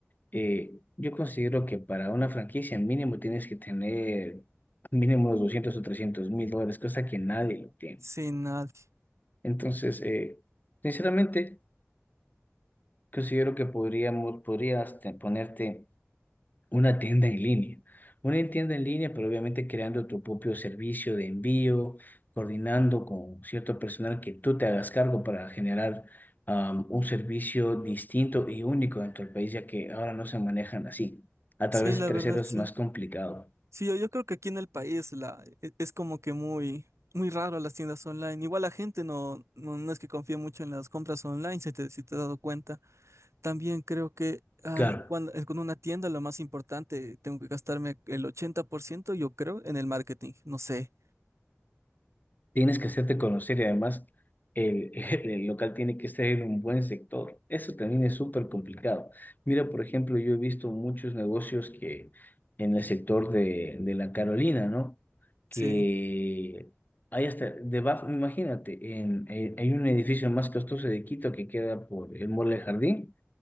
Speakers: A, on the left; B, on the right.
A: eh, yo considero que para una franquicia mínimo tienes que tener mínimo los doscientos o trescientos mil dólares, cosa que nadie lo tiene.
B: Sin nadie.
A: Entonces, eh, sinceramente, considero que podríamos, podrías te- ponerte Una tienda en línea. Una tienda en línea, pero obviamente creando tu propio servicio de envío, coordinando con cierto personal que tú te hagas cargo para generar am, un servicio distinto y único dentro del país, ya que ahora no se manejan así. A
B: Sí,
A: través
B: la
A: de terceros
B: verdad, sí.
A: es más complicado.
B: Sí, yo, yo creo que aquí en el país la, e- es como que muy, muy raro las tiendas online. Igual la gente no, no, no es que confíe mucho en las compras online, si te, si te has dado cuenta. También creo que ah,
A: Claro.
B: cuando, eh, con una tienda lo más importante, tengo que gastarme el 80%, yo creo, en el marketing. No sé.
A: Tienes que hacerte conocer y además el, <laughs> el local tiene que estar en un buen sector. Eso también es súper complicado. Mira, por ejemplo, yo he visto muchos negocios que en el sector de, de la Carolina, ¿no? Que
B: sí.
A: hay hasta debajo, imagínate, en, en- hay un edificio más costoso de Quito que queda por el Mall del Jardín,